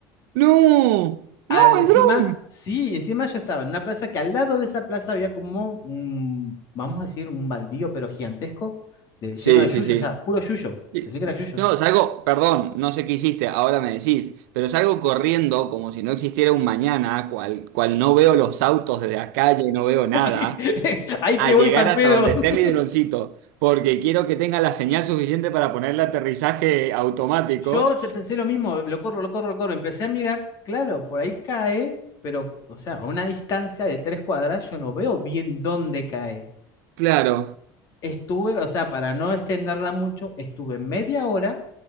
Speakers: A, on the right; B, on the left.
A: ¡No!
B: Al,
A: ¡No, el
B: encima,
A: dron!
B: sí, encima yo estaba en una plaza que al lado de esa plaza había como un, vamos a decir, un baldío, pero gigantesco, de-
A: Sí,
B: lleno de yuyo,
A: sí, sí.
B: o sea, puro yuyo.
A: Sí.
B: Pensé que era yuyo.
A: No, salgo, perdón, no sé qué hiciste, ahora me decís, pero salgo corriendo como si no existiera un mañana, cual, cual no veo los autos de la calle, no veo nada,
B: <laughs> Ahí
A: a
B: te
A: llegar
B: voy, San
A: hasta
B: Pedro.
A: donde esté
B: <laughs>
A: mi droncito, porque quiero que tenga la señal suficiente para ponerle aterrizaje automático.
B: Yo te- pensé lo mismo, lo corro, lo corro, lo corro. Empecé a mirar, claro, por ahí cae, pero, o sea, a una distancia de tres cuadras yo no veo bien dónde cae.
A: Claro,
B: Estuve, o sea, para no extenderla mucho, estuve media hora